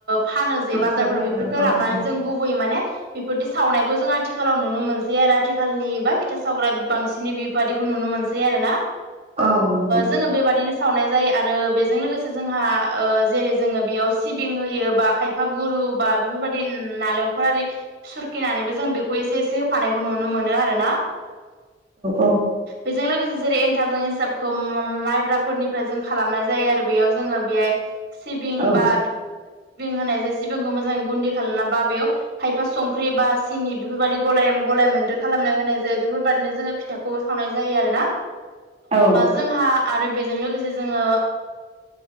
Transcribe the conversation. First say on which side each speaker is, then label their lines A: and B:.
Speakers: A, on the right; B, on the right.
A: फानो जे
B: ओंखारबाय
A: बाजारफोर बेफोरखौ
B: आरो औ
A: लाबोनानै
B: औ
A: गुबै माने बेफोरदि सावनायखौ जों आथिखालाव नुनो मोनसै आरो आथिखालनि बा फिथा सावग्रा बांसिनै बेबादिखौ नुनो मोनसै आरोना
B: औ नंगौ
A: जोङो बेबादिनो सावनाय जायो आरो बेजों लोगोसे। जोंहा जेरै जोङो बेयाव सिबिं होयो बा खायफा गुरु बा बेफोर बायदि नालें नखरारि सुरखिनानैबो जों बेखौ एसे एसे होफानायखौ नुनो मोनो आरो ना।
B: औ।
A: बेजों लोगोसे जेरै एनथाबजों एनसाबखौ माइब्राफोरनिफ्राय जों खालामनाय जायो आरो बेयाव बेहाय सिबिं
B: औ
A: बां होनाय जंखौ म खालाम बा बेयाव खायफा संख्रि बा सिनि बेफोर बायदि गलाय गलाय मोन्दो खालामना होनाय जायो बेफोरबायदिनो जोङो। फथाखौ सावनाय जायो आरोना
B: औ
A: जोंहा आरो बेजों लोगोसे जोङो